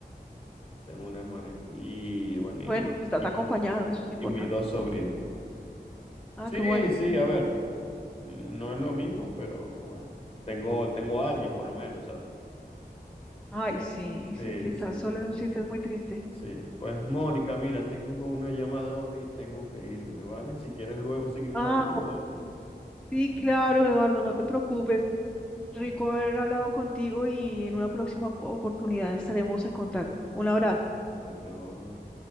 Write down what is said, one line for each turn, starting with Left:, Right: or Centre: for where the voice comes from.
Left: tengo una hermana aquí y bueno, y,
Centre: Bueno, estás
Left: y,
Centre: acompañado, eso es importante.
Left: y mis dos sobrinos.
Centre: Ah,
Left: Sí,
Centre: qué bueno.
Left: sí, a ver, no es lo mismo, pero bueno, tengo, tengo a alguien por lo menos, ¿sabes?
Centre: Ay, sí,
Left: Sí,
Centre: sí, sí, estás
Left: sí,
Centre: solo en un sitio es muy triste.
Left: sí. Pues Mónica, mira, tengo una llamada ahora y tengo que irme, ¿vale? Si quieres luego seguimos
Centre: Ah,
Left: hablando.
Centre: Sí, claro, Eduardo, no te preocupes. Rico haber hablado contigo y en una próxima oportunidad estaremos en contacto. Un abrazo.
Left: Adiós.